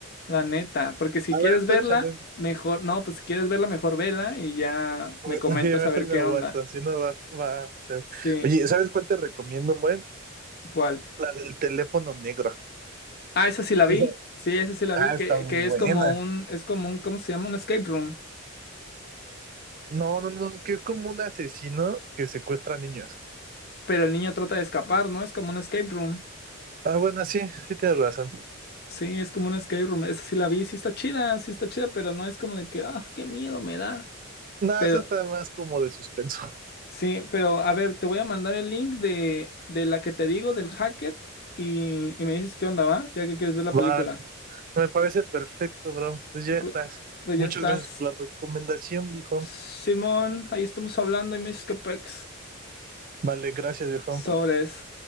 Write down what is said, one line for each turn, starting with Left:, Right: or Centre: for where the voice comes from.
Left: la neta, porque si quieres
Right: A ver,
Left: verla,
Right: tú échale.
Left: mejor, no, pues si quieres verla, mejor vela y ya me comentas
Right: Bueno, sí, mejor
Left: a ver
Right: me
Left: qué
Right: aguanto,
Left: onda.
Right: así no va, va a ser.
Left: Sí,
Right: Oye, ¿sabes cuál te recomiendo, buen?
Left: ¿cuál?
Right: La del teléfono negro.
Left: Ah, esa sí la vi,
Right: Esa-
Left: sí, esa sí la
Right: Ah,
Left: vi, que,
Right: está muy
Left: que es
Right: buena.
Left: como un, es como un, ¿cómo se llama? Un escape room,
Right: No, no, no, que es como un asesino que secuestra niños.
Left: pero el niño trata de escapar, ¿no? Es como un escape room.
Right: Ah, bueno, sí, sí tienes razón.
Left: Sí, es como un escape room. Esa sí la vi, sí está chida, sí está chida, pero no es como de que, ah, qué miedo me da.
Right: No,
Left: Pero,
Right: eso está más como de suspenso.
Left: sí, pero a ver, te voy a mandar el link de, de la que te digo, del hacker, y, y me dices qué onda va, ya que quieres ver la
Right: Va,
Left: película.
Right: me parece perfecto, bro. Pues ya
Left: Pues,
Right: estás.
Left: pues
Right: Muchas
Left: ya estás.
Right: gracias por la recomendación, viejo.
Left: Simón, ahí estamos hablando y me dices qué pex.
Right: Vale, gracias, viejo.
Left: Sobres.